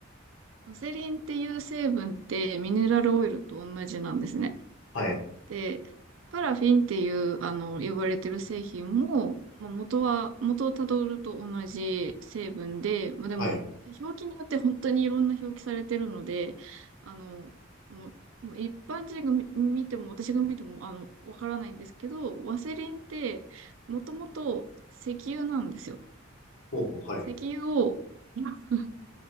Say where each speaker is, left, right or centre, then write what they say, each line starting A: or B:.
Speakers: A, on the right; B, on the left.
A: ワセリンっていう成分ってミネラルオイルと同じなんですね。
B: はい。
A: で、パラフィンっていう、あの、呼ばれてる製品も、まあ、元は、元をたどると同じ成分で、まあ、でも、
B: はい。
A: 表記によって本当にいろんな表記されてるので、あの、もう、もう一般人が見、見ても、私が見ても、あの、わからないんですけど、ワセリンって、もともと石油なんですよ。
B: ほうほう、はい。
A: 石油を、<laughs>